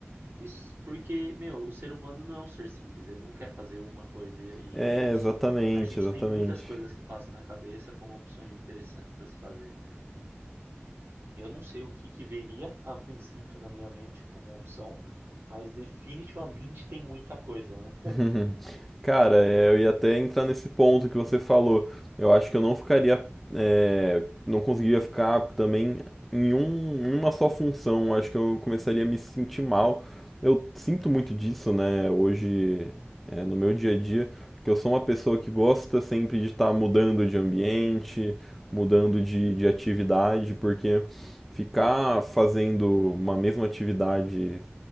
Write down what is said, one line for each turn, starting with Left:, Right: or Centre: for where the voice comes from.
Right: Isso porque, meu, o ser humano não é um ser simples, ele não quer fazer uma coisa e
Centre: É,
Right: é isso.
Centre: exatamente,
Right: A gente
Centre: exatamente.
Right: tem muitas coisas que passam na cabeça como opções interessantes para se fazer. Eu não sei o que que viria a princípio na minha mente como opção, mas definitivamente <laughs> tem muita coisa, né?
Centre: <laughs> Cara, é, eu ia até entrar nesse ponto que você falou. Eu acho que eu não ficaria, é, não conseguiria ficar também em, um, em uma só função. Eu Acho que eu começaria a me sentir mal. Eu sinto muito disso, né? Hoje, é, no meu dia a dia, que eu sou uma pessoa que gosta sempre de estar mudando de ambiente, mudando de, de atividade, porque ficar fazendo uma mesma atividade,